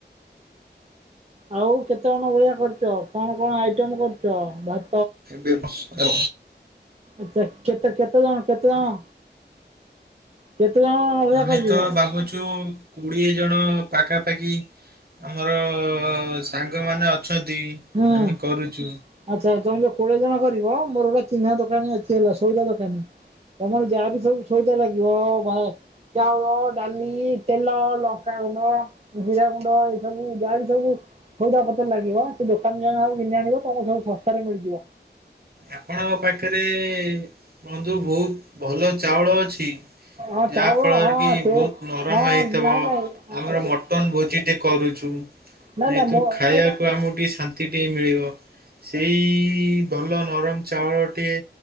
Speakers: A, on the right; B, on the right.
A: ଆଉ କେତେ କଣ ଭଳିଆ କରୁଛ କଣ କଣ ଆଇଟମ କରୁଛ? ଭା
B: ବେ <unintelligible>
A: ଆଛା କେତେ କେତେ ଜଣ କେତେ ଜଣ? କେତେ ଜଣ ଭଳିଆ
B: ଆମେ
A: କରିବ?
B: ତ ଭାବୁଚୁ କୋଡ଼ିଏ ଜଣ ପାଖାପାଖି ଆମର ସାଙ୍ଗମାନେ ଅଛନ୍ତି।
A: ହୁଁ। ଆଚ୍ଛା
B: ଆମେ କରୁଛୁ
A: ତମେ ଯୋଉ କୋଡିଏ ଜଣ କରିବ ମୋର ଗୋଟେ ଚିହ୍ନା ଦୋକାନୀ ଅଛି ହେଲା ସଉଦା ଦୋକାନୀ। ତମର ଯାହା ବିି ସବୁ ସଉଦା ଲାଗିବ ଭା ଚାଉଳ ଡାଲି ତେଲ ଲଙ୍କାଗୁଣ୍ଡ ଜିରା ଗୁଣ୍ଡ ଏ ସବୁ ଜାହା ବି ସବୁ ସଉଦା ପତ୍ର ଲାଗିବ ସେ ଦୋକାନ ଯା ସବୁ <unintelligible> ତମକୁ ସବୁ ଶସ୍ତାରେ ମିଳିଯିବ।
B: ଆପଣଙ୍କ ପାଖରେ ବନ୍ଧୁ ବହୁତ ଭଲ ଚାଉଳ ଅଛି?
A: ହଁ
B: ଯାହା
A: ଚାଉଳ
B: ଫଳରେ
A: ହଁ
B: କି
A: ସେ
B: ବହୁତ ନରମ
A: ହଁ
B: ହେଇଥିବ
A: ନାଇଁ ନାଇଁ
B: ଆମର
A: ଆଚ୍ଛା
B: ମ ଟନ ଭୋଜି ଟେ କରୁଛୁ
A: ନାଇଁ
B: ଯେହତୁ
A: ନାଇଁ ମୋ
B: ଖାଇବା ଆମକୁ ଟିକେ ଶାନ୍ତି ଟିକେ ମିଳିବ ସେଇ ଭଲ ନରମ ଚାଉଳଟିଏ